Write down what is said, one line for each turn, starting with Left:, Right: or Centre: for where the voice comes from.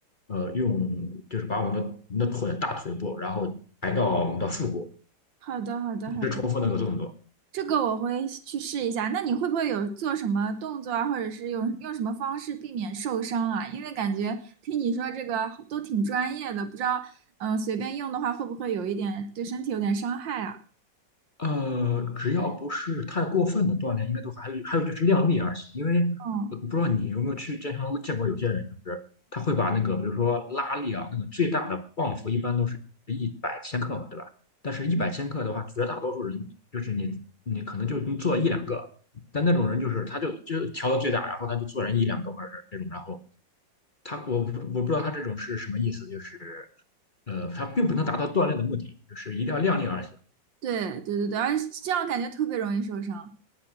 Left: 呃用就是把我们的我们的腿大腿部，然后抬到我们的腹部，
Right: 好的，好的，
Left: 一直重复那个动作。
Right: 好这个我会去试一下。那你会不会有做什么动作啊，或者是用用什么方式避免受伤啊？因为感觉听你说这个都挺专业的，不知道，嗯、随便用的话会不会有一点对身体有点伤害啊？
Left: 呃，只要不是太过分的锻炼，应该都还有还有就是量力而行。因为
Right: 嗯，
Left: 呃我不知道你有没有去健身房见过有些人，就是他会把那个比如说拉力啊，那个最大的磅幅一般都是一百千克嘛，对吧？但是一百千克的话，
Right: 嗯，
Left: 绝大多数人就是你你可能就能做一两个，但那种人就是他就就调到最大，然后他就做人一两个或者是这种，然后他我不我不知道他这种是什么意思，就是呃，他并不能达到锻炼的目的，就是一定要量力而行。
Right: 对对对对，而且这样感觉特别容易受伤。